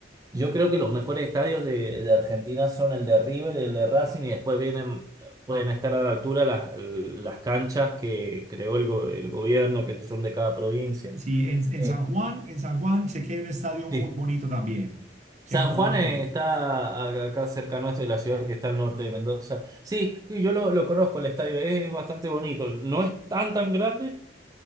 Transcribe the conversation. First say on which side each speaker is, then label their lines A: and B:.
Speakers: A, on the right; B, on the right.
A: Yo creo que los mejores estadios de, de Argentina son el de River, el de Racing y después vienen, pueden estar a la altura las, las canchas que creó el, go- el gobierno, que son de cada provincia.
B: Sí, en, en
A: Eh,
B: San Juan, en San Juan sé que hay un estadio muy
A: sí.
B: bonito también, que
A: San
B: han jugado.
A: Juan eh, está acá acá cerca nuestro, de la ciudad que está al norte de Mendoza. Sí, y yo lo, lo conozco, el estadio es, es bastante bonito. No es tan tan grande,